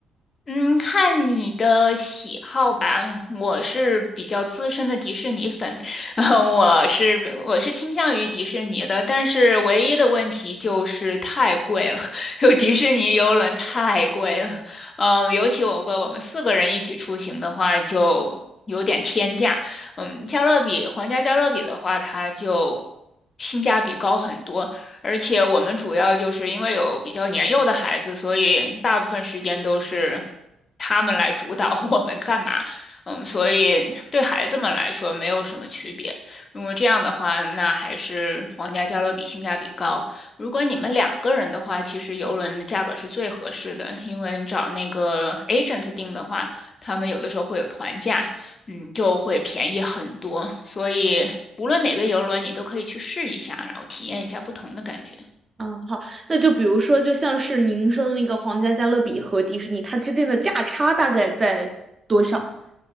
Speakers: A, on the left (about 40°); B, on the right (about 30°).
A: 嗯，看你的喜好吧。我是比较资深的迪士尼粉，<laughs> 嗯我是我是倾向于迪士尼的，但是唯一的问题就是太贵了，<laughs> 就迪士尼游轮太贵了。嗯，尤其我如果我们四个人一起出行的话，就有点天价。嗯，加勒比皇家加勒比的话，它就性价比高很多。而且我们主要就是因为有比较年幼的孩子，所以大部分时间都是他们来主导 <laughs> 我们干嘛。嗯，所以对孩子们来说没有什么区别。如果这样的话，那还是皇家加勒比性价比高。如果你们两个人的话，其实游轮的价格是最合适的，因为你找那个 agent 定的话，他们有的时候会有团价，嗯，就会便宜很多。所以无论哪个游轮，你都可以去试一下，然后体验一下不同的感觉。
B: 嗯，好，那就比如说，就像是您说的那个皇家加勒比和迪士尼，它之间的价差大概在多少？